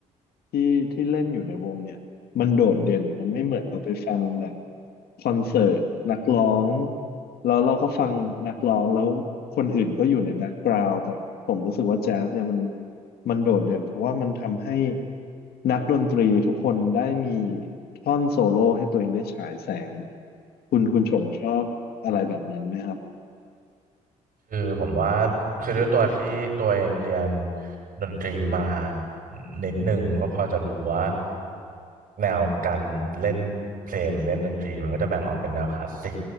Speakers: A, on the left; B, on the right.
A: ที่ที่เล่นอยู่ในวงเนี่ย มันโดดเด่นมันไม่เหมือนเราไปฟังแบบคอนเสิร์ตนักร้องแล้วเราก็ฟังนักร้องแล้วคนอื่นก็อยู่ในแบ็กกราวด์แต่ผมรู้สึกว่าแจ๊สเนี่ยมันมันโดดเด่นเพราะว่ามันทำให้นักดนตรีทุกคนได้มีท่อนโซโล่ให้ตัวเองได้ฉายแสงคุณคุณชงชอบอะไรแบบนั้นไหมครับ
B: คือผมว่าคือด้วยตัวที่ตัวเองเรียนดนตรีมานิดหนึ่งก็พอจะรู้ว่าแนวการเล่นเพลงเล่นดนตรีมันก็จะแบ่งออกเป็นแนวคลาสสิก